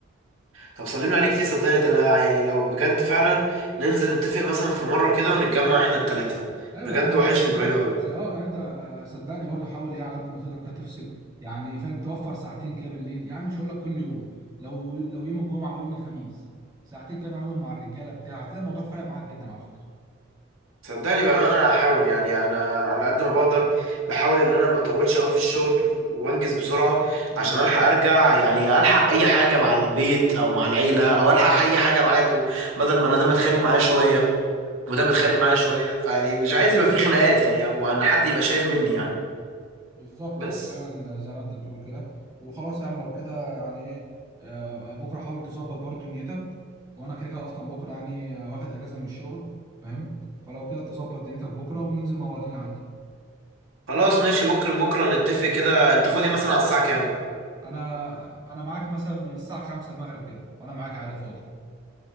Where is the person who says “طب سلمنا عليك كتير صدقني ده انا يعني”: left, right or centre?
Right